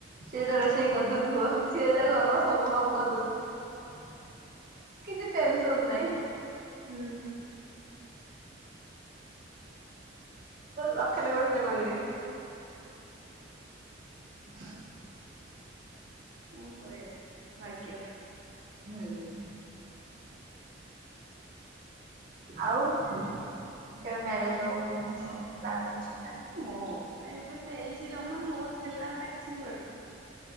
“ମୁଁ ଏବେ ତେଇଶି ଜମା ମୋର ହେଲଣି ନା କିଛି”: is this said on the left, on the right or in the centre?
Right